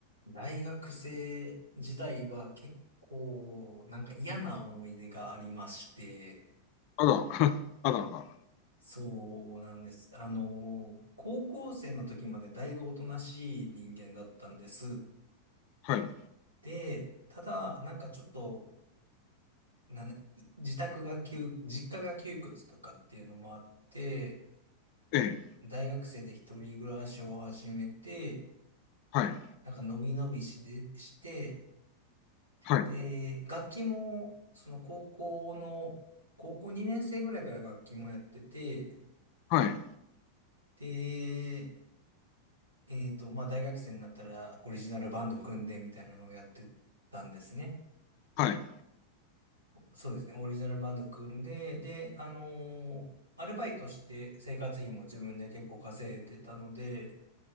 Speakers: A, on the right; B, on the left.
A: 大学生時代は結構なんか嫌な思い出がありまして、
B: あら、<laughs> あらあら、
A: そうなんです。あの、高校生の時までだいぶおとなしい人間だったんです。
B: はい、
A: で、ただ、なんかちょっと、なんだ自宅が窮、実家が窮屈とかっていうのもあって、
B: ええ、
A: 大学生で一人暮らしを始めて、
B: はい、
A: なんか伸び伸びしで、して、
B: はい、
A: で、楽器も、その高校の、高校2年生ぐらいから楽器もやってて、
B: はい、
A: で、えっと、まあ、大学生になったらオリジナルバンド組んでみたいなのをやってたんですね。
B: はい、
A: そうですね、オリジナルバンド組んで、で、あのーアルバイトして生活費も自分で結構稼いでたので、